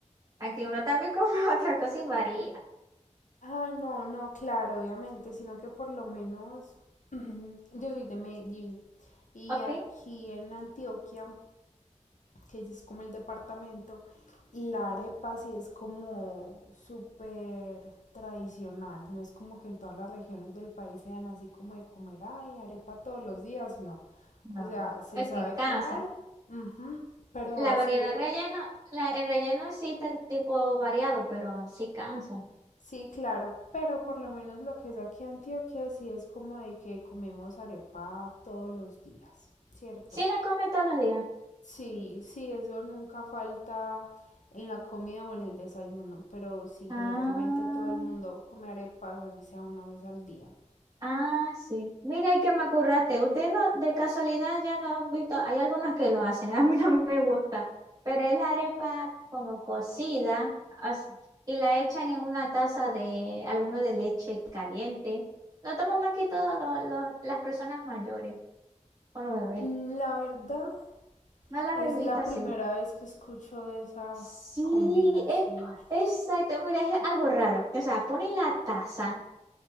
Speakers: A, on the right; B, on the left.
A: Aquí uno también come <laughs> otra cosa y varía,
B: Ah, no, no, claro, obviamente, sino que por lo menos <clears throat> yo soy de Medellín y
A: ¿ok?
B: aquí en Antioquia, que es como el departamento, la arepa sí es como súper tradicional, no es como que en todas las regiones del país sean así como de comer, ay, arepa todos los días, no.
A: No.
B: O sea, se
A: Ok,
B: sabe
A: cansa.
B: que hay, ujú, pero
A: La
B: así
A: variedad
B: de
A: relleno, la, el relleno existe en tipo variado, pero sí cansa.
B: Sí, claro, pero por lo menos lo que es aquí Antioquia sí es como de que comemos arepa todos los días, ¿cierto?
A: Sí la comen todos los días.
B: Sí, sí, eso nunca falta en la comida o en el desayuno, pero sí,
A: Ah.
B: generalmente todo el mundo come arepas, así sea una vez al día.
A: Ah, sí. Mira, y que me acurraste. Usted no, de casualidad ya no han visto, hay algunas que lo hacen, <laughs> a mí no me gusta, pero es la arepa como cocida as- y la echan en una taza de alguno de leche caliente. Lo toman más que todo lo- lo- las personas mayores o los bebés.
B: Mm, La verdad,
A: No la
B: es
A: habéis
B: la
A: visto así.
B: primera vez que escucho de esa
A: Sí,
B: combinación.
A: es exacto. Mira, es algo raro. O sea, ponen la taza.